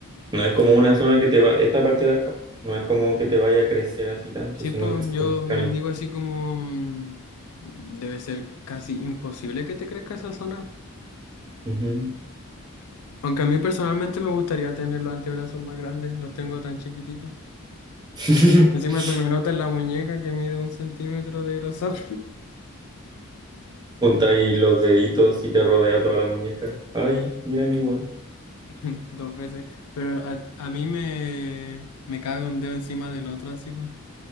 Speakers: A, on the right; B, on the left.
A: No es como una zona que te va, esta parte de acá, no es como que te vaya a crecer así tanto,
B: Sí,
A: sino
B: pues
A: que se
B: yo
A: te va
B: mm,
A: a
B: digo así como, mm, debe ser casi imposible que te crezca esa zona.
A: Ujú.
B: Aunque a mí personalmente me gustaría tener los antebrazos más grandes, los tengo tan chiquititos.
A: <laughs>
B: Encima se me nota en la muñeca que mide un centímetro de grosor.
A: Juntáis los deditos y te rodea toda la muñeca. Ay, mira mi buen.
B: <laughs> Dos veces. Pero a, a mí me, me cabe un dedo encima del otro, así pues.